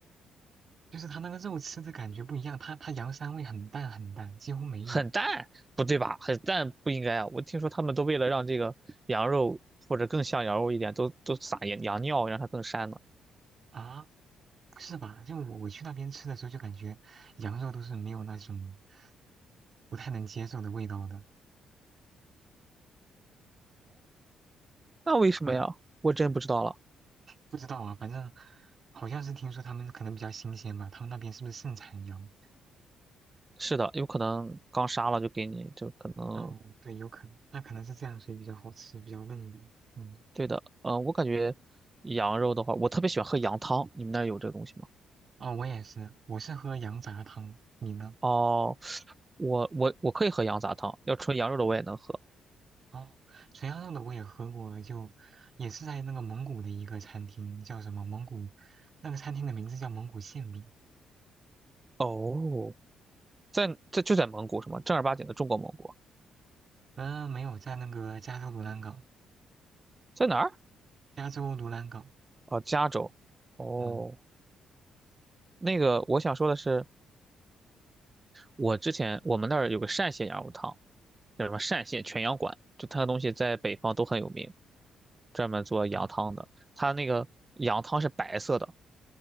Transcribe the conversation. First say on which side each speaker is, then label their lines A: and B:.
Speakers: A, on the right; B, on the right.
A: 就是它那个肉吃的感觉不一样，它它羊膻味很淡很淡，几乎没有
B: 很淡，不对吧？很淡不应该啊。我听说他们都为了让这个羊肉或者更像羊肉一点，都都撒羊羊尿，让它更膻呢。
A: 啊。不是吧？就我我去那边吃的时候，就感觉羊肉都是没有那种不太能接受的味道的。
B: 那为什么呀？我真不知道了。
A: 不知道啊，反正好像是听说他们可能比较新鲜吧，他们那边是不是盛产羊？
B: 是的，有可能刚杀了就给你，就可能
A: 哦，对，有可能，那可能是这样，所以比较好吃，比较嫩嘛。嗯，
B: 对的。嗯、我感觉羊肉的话，我特别喜欢喝羊汤。你们那儿有这个东西吗？
A: 哦，我也是，我是喝羊杂汤，你呢？
B: 哦，我我我可以喝羊杂汤，要纯羊肉的我也能喝。
A: 哦，垂羊肉的我也喝过，就也是在那个蒙古的一个餐厅，叫什么蒙古，那个餐厅的名字叫蒙古馅饼。
B: 哦，在在就在蒙古什么正儿八经的中国蒙古，
A: 嗯、没有，在那个加州卢兰港，
B: 在哪儿？
A: 加州卢兰港。
B: 哦，加州。哦，
A: 嗯
B: 那个我想说的是，我之前我们那儿有个单县羊肉汤，叫什么单县全羊馆，就它的东西在北方都很有名。专门做羊汤的，
A: 啊，
B: 它那个羊汤是白色的，